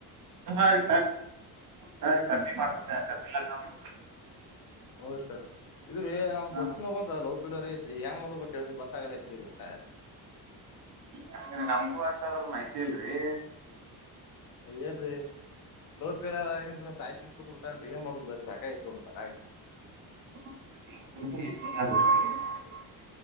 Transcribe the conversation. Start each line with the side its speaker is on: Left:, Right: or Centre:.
Right: ಸರಿ ಸರಿ ಕಬ್ ಮಾಡ್ ಲಗ್ನ ಮಾಡ
Left: ಅವರು ಸರ್ ಇದ್ರೀ ನಮ್
Right: ಹಾ
Left: ದೋಸ್ಸನ ಬಂದ ಲೋಪಿಲೋರ ಐತ್ರಿ ಹೆಂಗ ಮಾಡ್ಬೇಕಕ್ ಹೇಳ್ರ ಗೊತ್ತಾಗಲ್ಲ ಐತ್ರಿ ಈ ಗೊತ್ತ
Right: ಹಾಗ ನಮಗೂ ಅಷ್ಟ ಆದ್ರರು ಮಾಹಿತಿ ಇಲ್ರಿ
Left: ಹೇಳಏ್ರಿ ಲೋಪಾಯ್ ಕೂತ್ ಬಿಿಟ್ಟ ಅ್ರ ಏನ್ ಮಾಡೋುದು ಬ್ರ ಸಾಕಾಯಐತ್ಕಕಾರ
Right: ತ